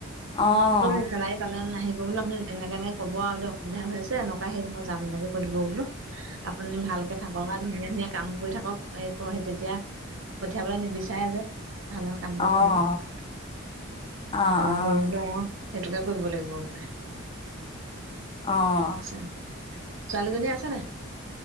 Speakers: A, on the left; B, on the right.
A: অঁ
B: মই বোলো চেলাৰী পালে নাহিব বো আপুনি এনেকে এনেকে ক'ব আৰু অসুবিধা হৈ আছে এনেকুৱা সেই মই যাম এনেকে কৈ দিব বোলো। আপুনি ভালকে থাকক, আ, ধুনীয়া, ধুনীয়া কাম কৰি থাকক। এই কহে তেতিয়া পঠিয়াবলে নিবিচাৰে যে। ভাল, ভাল কাম
A: অঁ
B: কৰি থাকিলে <unintelligible>
A: অঁ অঁ
B: সেইটোকে কৰিব লাগিব বোলে।
A: অ'।
B: আছে ছোৱালীজনী আছে নে?